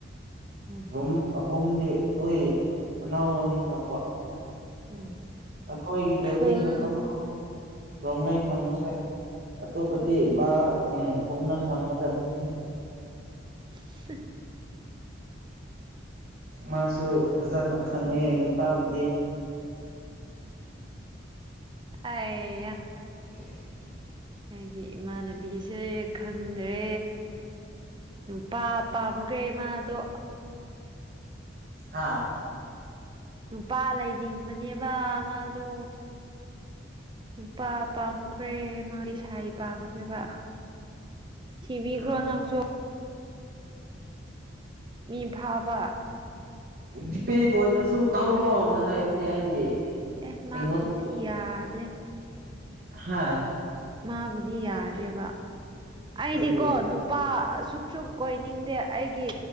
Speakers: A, on the right (about 25°); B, on the right (about 50°).
A: ꯎꯝ
B: ꯔꯨꯝ ꯑꯍꯨꯝꯗꯤ ꯂꯣꯏ ꯑꯅꯥꯎ ꯃꯤ ꯂꯥꯛꯄ
A: ꯎꯝ
B: ꯑꯩꯈꯣꯏꯒꯤ ꯕꯤꯜꯗꯤꯡ
A: ꯐꯨꯡ
B: ꯈꯛꯇꯅꯤ ꯔꯣꯡꯃꯩ
A: ꯎꯝ
B: ꯈꯪꯕꯁꯦ ꯑꯇꯣꯞꯄꯗꯤ ꯃꯥ ꯎꯝ ꯈꯣꯡꯅ <unintelligible>
A: <unintelligible>
B: ꯃꯥꯁꯨ ꯐꯖꯅ ꯈꯪꯉꯦ ꯅꯨꯄꯥꯕꯨꯗꯤ
A: ꯍꯩꯌꯥ
B: <unintelligible>
A: ꯑꯩꯒꯤ ꯏꯃꯥꯟꯅꯕꯤꯁꯦ ꯈꯪꯗ꯭ꯔꯦ ꯅꯨꯄꯥ ꯄꯥꯝꯈ꯭ꯔꯦ ꯃꯥꯗꯣ
B: ꯍꯥꯥ
A: ꯅꯨꯄꯥ ꯂꯩꯅꯤꯡꯕꯅꯦꯕ ꯃꯥꯗꯣ ꯅꯨꯄꯥ ꯄꯥꯝꯈ꯭ꯔꯦ ꯃꯥꯒꯤ ꯁꯥꯏ ꯄꯥꯝꯈ꯭ꯔꯦꯕ ꯊꯤꯕꯤꯒ꯭ꯔꯣ
B: ꯑ
A: ꯅꯪꯁꯨ ꯃꯤ ꯐꯥꯕ
B: ꯗꯤꯄꯦ ꯕꯣꯏꯗꯁꯨ ꯇꯧꯔꯣꯅ ꯍꯥꯏꯕꯅꯦ ꯑꯩꯗꯤ
A: ꯑꯦ ꯃꯥꯥꯕꯨꯗꯤ
B: ꯑꯩꯉꯣꯟ
A: ꯌꯥꯗ꯭ꯔꯦ
B: ꯍꯥꯥ
A: ꯃꯥꯕꯨꯗꯤ ꯌꯥꯗꯔꯦꯕ ꯑꯩꯗꯤꯀꯣ
B: ꯀꯩꯒꯤ
A: ꯅꯨꯄꯥ ꯁꯨꯞ ꯁꯨꯞ ꯀꯣꯏꯅꯤꯡꯗꯦ ꯑꯩꯗꯤ